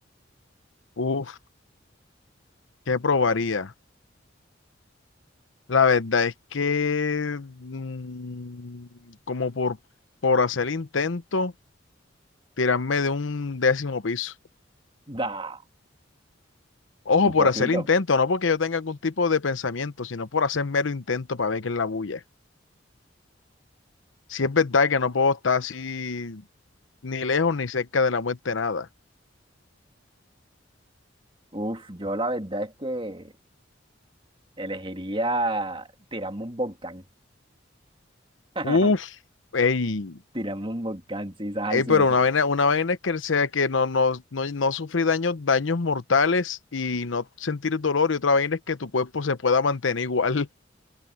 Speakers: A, on the left; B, on the right.
A: Uf, ¿qué probaría? La verdad es que mm, como por, por hacer el intento, tirarme de un décimo piso.
B: Da,
A: Ojo,
B: un
A: por
B: poquito.
A: hacer el intento, no porque yo tenga algún tipo de pensamiento, sino por hacer mero intento para ver qué es la bulla. Si es verdad que no puedo estar así ni lejos ni cerca de la muerte, nada.
B: Uf, yo la verdad es que elegiría tirarme un volcán. <laughs>
A: Uf, ey,
B: Tirarme un volcán, sí, ay,
A: ey,
B: si
A: pero
B: no puedo.
A: una vaina, una vaina es que sea que no, no, no, no sufrí daños, daños mortales y no sentir dolor, y otra vaina es que tu cuerpo se pueda mantener igual. <laughs>